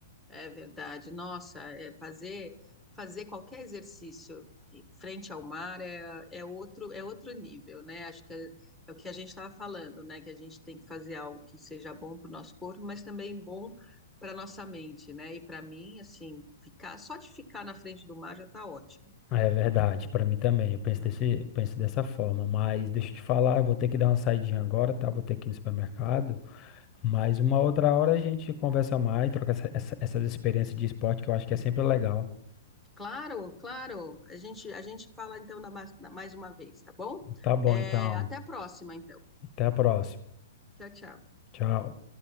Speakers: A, in the centre; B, on the left (about 25°).
A: É verdade. Nossa, é fazer fazer qualquer exercício frente ao mar é, é outro é outro nível, né? Acho que é, é o que a gente estava falando, né? Que a gente tem que fazer algo que seja bom para o nosso corpo, mas também bom para nossa mente, né? E para mim, assim, ficar só de ficar na frente do mar já está ótimo,
B: É verdade, para mim também. Eu penso
A: não
B: desse,
A: é?
B: penso dessa forma. Mas deixa eu te falar, eu vou ter que dar uma saidinha agora, tá? Vou ter que ir no supermercado. Mas uma outra hora a gente conversa mais, troca essa- essa- essas experiências de esporte que eu acho que é sempre legal.
A: Claro, claro. A gente a gente fala então na, ma- na- mais uma vez, tá bom?
B: Tá bom,
A: É,
B: então.
A: até a próxima, então.
B: Até a próxima.
A: Tchau, tchau.
B: Tchau.